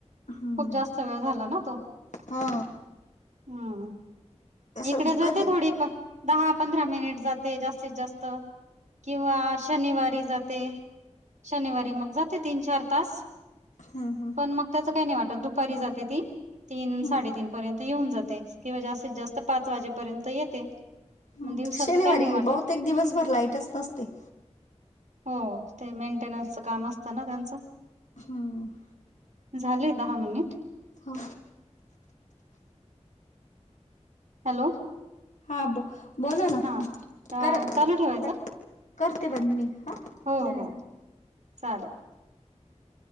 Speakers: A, on the left; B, on the right.
A: हम्म
B: खूप जास्त वेळ झाला ना तो.
A: हा
B: हम्
A: असं
B: इकडे जाते
A: कधी
B: थोडी प दहा पंधरा मिनिट जाते जास्तीत जास्त. किंवा शनिवारी जाते. शनिवारी मग जाते तीन चार तास.
A: हम हम.
B: पण मग त्याचं काही नाही वाटत, दुपारी जाते ती तीन
A: हम्म
B: साडेतीन पर्यंत येऊन जाते. किंवा जास्तीत जास्त पाच वाजेपर्यंत येते.
A: हम,
B: मग दिवसाचं
A: शनिवारी
B: काही नाही वाटत
A: बहुतेक दिवसभर लाईटच नसते.
B: हो, ते मेंटेनन्सचं काम असतं ना त्यांचं.
A: हम.
B: झाले दहा मिनिट?
A: हो.
B: हॅलो.
A: हा ब बोल ना
B: हा
A: कर
B: चालू ठेवायचं
A: करते बंद मी हा.
B: हो
A: झाले
B: हो
A: झाले
B: चालेल.